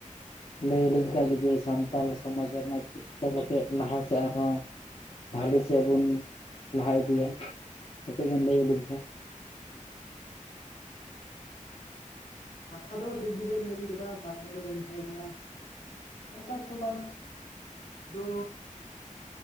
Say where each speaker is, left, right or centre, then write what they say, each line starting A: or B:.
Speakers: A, on the left; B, on the left.
A: ᱞᱟᱹᱭ ᱟᱞᱤᱧ ᱠᱷᱟᱡ ᱡᱩᱫᱤ ᱥᱟᱱᱛᱟᱞ ᱥᱚᱢᱟᱡ ᱨᱮᱱᱟᱜ ᱪᱮᱫᱠᱟ ᱠᱟᱛᱮ ᱞᱟᱦᱟ ᱥᱮᱫ ᱟᱨᱦᱚᱸ ᱵᱷᱟᱞᱤ ᱥᱮᱫ ᱵᱚᱱ ᱞᱟᱦᱟ ᱤᱫᱤᱭᱟ, ᱠᱟᱴᱤᱡ ᱵᱮᱱ ᱞᱟᱹᱭ ᱟᱞᱤᱧ ᱠᱷᱟᱡ?
B: ᱠᱟᱛᱷᱟ ᱫᱚ ᱴᱷᱤᱠ ᱜᱮᱵᱮᱱ ᱢᱮᱱ ᱠᱮᱫᱟ ᱠᱟᱛᱷᱟ ᱫᱚ ᱱᱚᱝᱠᱟᱭᱮᱱᱟ ᱥᱟᱱᱛᱟᱲ ᱥᱚᱢᱟᱡᱽ ᱫᱚ